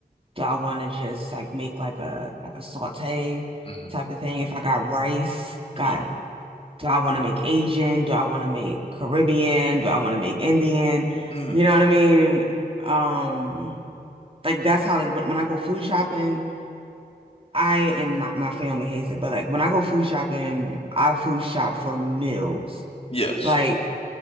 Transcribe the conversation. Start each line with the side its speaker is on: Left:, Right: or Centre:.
Right: Do I wanna just like make like a like a saute
Left: hmm
Right: type of thing? If I got rice, God,
Left: Yeah.
Right: do I wanna make Asian? Do I wanna make Caribbean? Do I wanna make Indian?
Left: Mm.
Right: You know what I mean? Um, like that's how like when when I go food shopping. I and my, my family hates it, but like when I go food shopping, I food shop for meals.
Left: Yes.
Right: Like,